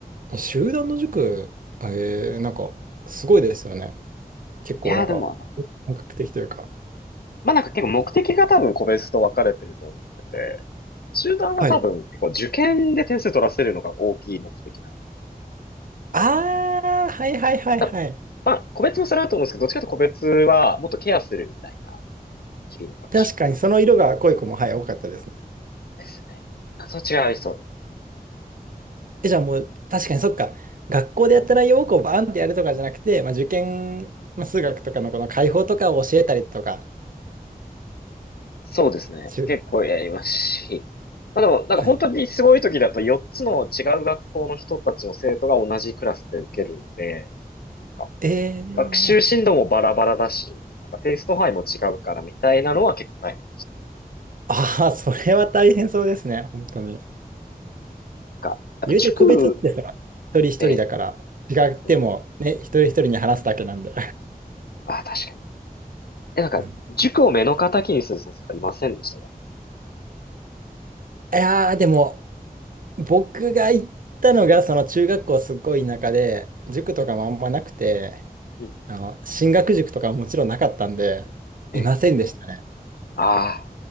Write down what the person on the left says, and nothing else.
いやー、でもあの、
まあ、なんか結構目的が多分個別と分かれてると思ってて、集団は多分結構受験で点数取らせるのが大きい目的なの。
あ、まあ、個別もそれあると思うんですけど、どっちかというと個別はもっとケアするみたいな日々の学習
ですね。あ、そっちがありそうです。
そうですね。
結構やりますし。まあでも、なんか本当にすごい時だと4つの違う学校の人たちの生徒が同じクラスで受けるんで、
なんか
学習進度もバラバラだし、なんかテイスト範囲も違うからみたいなのは結構大変。
なんか、やっぱ塾、
ええ、
ええ
あ、確かに。え、なんか、
塾を目の敵にする先生とかいませんでしたか
うん。
ええ、あ